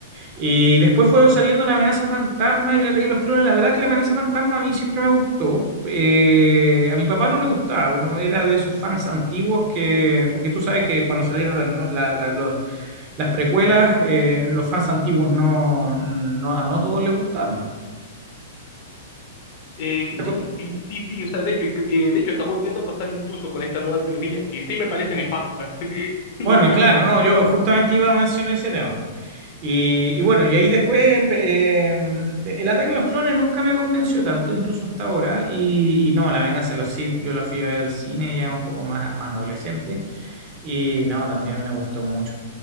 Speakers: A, on the right; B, on the left.
A: Y después fueron saliendo la amenaza fantasma y la ataque de los clones. La verdad es que la amenaza fantasma a mí siempre me gustó. Eh, a mi papá no le gustaba, como era de esos fans antiguos que, porque tú sabes que cuando salieron las, no- la- la- los- las precuelas, eh, los fans antiguos no, no, a no todos les gustaron.
B: Eh,
A: La co-
B: sí, sí, sí, sí, o sea, de hecho, eh, de hecho está volviendo a pasar incluso con esta nueva trilogía, que sí me parece nefasta, <laughs> la
A: Bueno,
B: última.
A: claro, no, yo justamente iba a mencionar ese tema. Y, y bueno, y ahí después empe- em, el ataque de los clones nunca me convenció tanto, incluso hasta ahora. Y, y no, La Venganza de los Sith, yo la fui a ver al cine ya un poco más, más adolescente. Y no, también me gustó mucho.